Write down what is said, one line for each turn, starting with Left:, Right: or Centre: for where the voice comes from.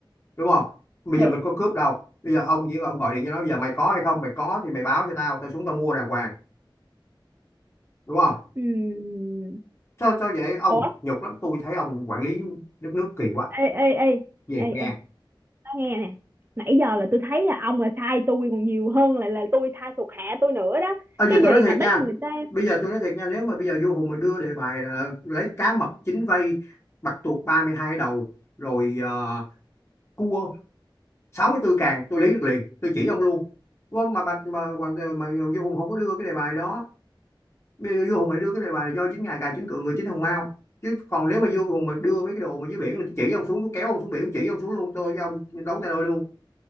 Left: đúng không bây
Right: Thì
Left: giờ mình có cướp đâu bây giờ ông chỉ ông gọi điện cho nó bây giờ mày có hay không mày có thì mày báo cho tao tao xuống tao mua đàng hoàng đúng không
Right: ừm,
Left: sao sao vậy ông
Right: ủa,
Left: nhục lắm tôi thấy ông quản lý đất nước kỳ quá
Right: ê ê ê
Left: về
Right: ê
Left: nghe
Right: ê, tao nghe nè. Nãy giờ là tôi thấy là ông là sai tôi còn nhiều hơn là là tôi sai thuộc hạ tôi nữa đó.
Left: à, giờ
Right: Cái
Left: tôi
Right: gì
Left: nói thiệt
Right: mà bắt
Left: nha
Right: người ta
Left: bây giờ tôi nói thiệt nha nếu mà bây giờ vua Hùng mà đưa đề bài là lấy cá mập chín vây bạch tuộc 32 đầu rồi ờ, cua 64 càng tôi lấy được liền tôi chỉ ông luôn đúng không mà bạch mà, hoàng ờ, mà, vua Hùng không có đưa cái đề bài đó bây giờ vua Hùng lại đưa cái đề bài là do chính ngài gài chính cựa người chính hồng mao chứ còn nếu mà vua Hùng mà đưa mấy cái đồ mà dưới biển là tôi chỉ ông xuống tôi kéo ông xuống biển tôi chỉ ông xuống luôn tôi với ông đấu tay đôi luôn